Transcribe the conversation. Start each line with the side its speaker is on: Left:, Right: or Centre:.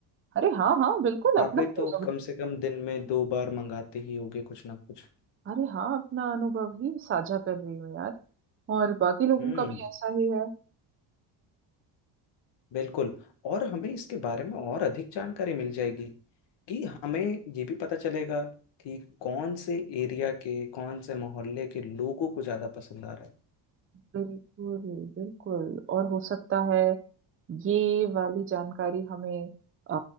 Right: अरे हाँ हाँ बिल्कुल
Left: आप
Right: अपना
Left: भी
Right: ही
Left: तो
Right: अब-
Left: कम से कम दिन में दो बार मंगाते ही होगे कुछ ना कुछ
Right: अरे हाँ अपना अनुभव ही साझा कर रही हूँ यार और बाकी लोगों
Left: हम्म
Right: का भी ऐसा ही है
Left: बिल्कुल और हमें इसके बारे में और अधिक जानकारी मिल जाएगी कि हमें ये भी पता चलेगा कि कौन से एरिया के कौन से मोहल्ले के लोगों को ज़्यादा पसंद आ रहा है
Right: बिल्कुल बिल्कुल और हो सकता है ये वाली जानकारी हमें अ,